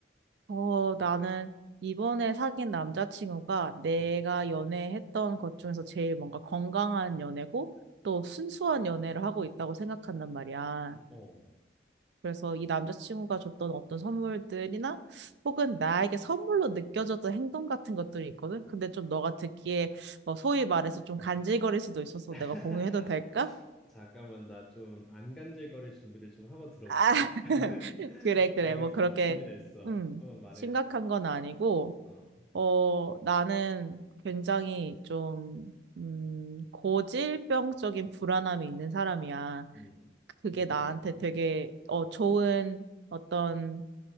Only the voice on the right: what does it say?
어, 나는 이번에 사귄 남자친구가 내가
연애했던 것 중에서 제일 뭔가 건강한 연애고 또 순수한 연애를 하고 있다고 생각한단 말이야.
그래서 이 남자친구가 줬던 어떤 선물들이나 혹은 나에게 선물로 느껴졌던 행동 같은 것들이 있거든. 근데 좀 너가 듣기에 어, 소위 말해서 좀 간질거릴 수도 있어서
내가 공유해도 될까?
아, <laughs>
그래,
그래. 뭐 그렇게,
음,
심각한 건 아니고.
어, 나는 굉장히 좀, 음, 고질병적인 불안함이 있는 사람이야.
그게
나한테
되게, 어, 좋은 어떤